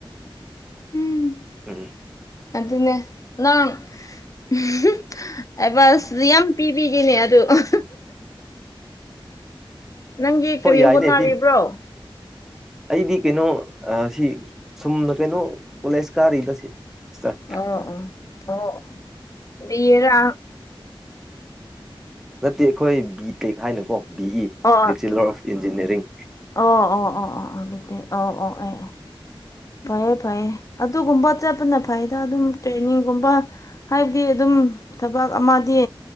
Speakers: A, on the left; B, in the centre.
A: ꯎꯝ,
B: ꯎꯝ
A: ꯑꯗꯨꯅꯦ ꯅꯪ ꯎꯍꯨꯨ ꯑꯗꯚꯥꯏꯖꯗ ꯌꯥꯝ ꯄꯤꯕꯤꯒꯦꯍꯅꯦ ꯑꯗꯨ ꯑꯍꯥꯥ ꯅꯪꯒꯤ ꯀꯔꯤ
B: ꯍꯣꯏ ꯌꯥꯏꯅꯦ
A: ꯍꯣꯠꯅꯔꯤꯕ꯭ꯔꯣ
B: ꯄꯤ ꯑꯩꯗꯤ ꯀꯩꯅꯣ ꯁꯤ ꯁꯨꯝꯅ ꯀꯩꯅꯣ ꯀꯣꯂꯦꯖ ꯀꯥꯔꯤꯗ ꯁꯤꯇꯔ
A: ꯑꯣ ꯑꯣ ꯑꯣꯔ
B: ꯅꯠꯇꯦ ꯑꯩꯈꯣꯏ ꯕꯤ ꯇꯦꯛ ꯍꯥꯏꯅꯀꯣ ꯕꯤ ꯏ
A: ꯑꯣ
B: ꯕꯦꯆꯤꯂꯔ ꯑꯣꯐ ꯏꯟꯖꯤꯅꯤꯌꯥꯔꯤꯡ
A: ꯑꯣ ꯑꯣ ꯑꯣ ꯑꯣ ꯑꯣ ꯑꯗꯨꯗꯤ ꯑꯣ ꯑꯣ ꯑꯣ ꯑꯣ ꯐꯩꯌꯦ ꯐꯩꯌꯦ ꯑꯗꯨꯒꯨꯝꯕ ꯆꯠꯄꯅ ꯐꯩꯇ ꯑꯗꯨꯝ ꯇ꯭ꯔꯦꯅꯤꯡꯒꯨꯝꯕ ꯑ ꯍꯥꯏꯕꯗꯤ ꯑꯗꯨꯝ ꯊꯕꯛ ꯑꯃꯗꯤ